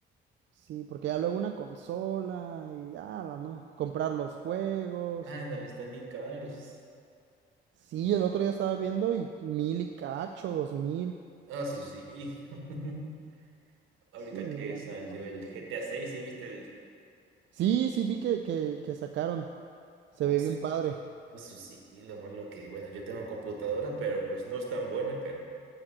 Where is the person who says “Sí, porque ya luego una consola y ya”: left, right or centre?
Right